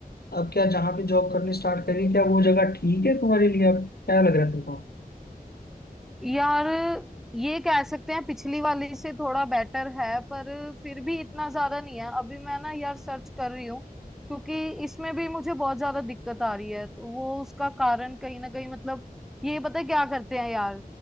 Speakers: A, on the left; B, in the centre.
A: अब क्या जहाँ पे जॉब करनी स्टार्ट करी क्या वो जगह ठीक है तुम्हारे लिए अब क्या लग रहा है तुमको
B: यार ये कह सकते हैं पिछली वाली से थोड़ा बेटर है पर फिर भी इतना ज्यादा नहीं है अभी मैं ना यार सर्च कर रही हूँ क्योंकि इसमें भी मुझे बहुत ज्यादा दिक्कत आ रही है तो वो उसका कारण कहीं ना कहीं मतलब ये पता है क्या करते हैं यार